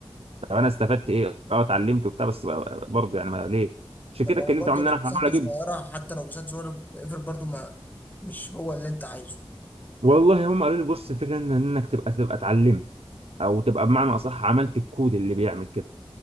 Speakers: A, on the right (about 80°); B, on the left (about 20°).
A: طب انا استفدت ايه اه اتعلمت وبتاع بس بقى- برضه يعني ما ليه عشان
B: طب
A: كده
B: او
A: اتكلمت
B: برضه
A: معاهم ان
B: لو
A: انا هحاول
B: مساحته
A: اجيب
B: صغيره حتى لو مساحته صغيره اقفل برضه ما مش هو اللي انت عايزه
A: والله هم قالوا لي بص الفكره ان انك تبقى تبقى اتعلمت او تبقى بمعنى اصح عملت الكود اللي بيعمل كده